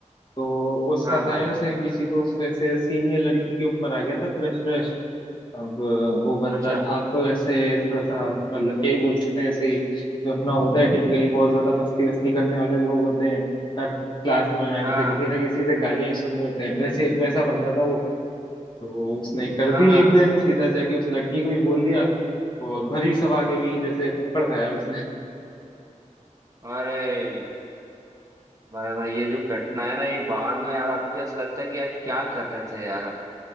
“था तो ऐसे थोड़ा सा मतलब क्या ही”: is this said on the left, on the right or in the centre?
Left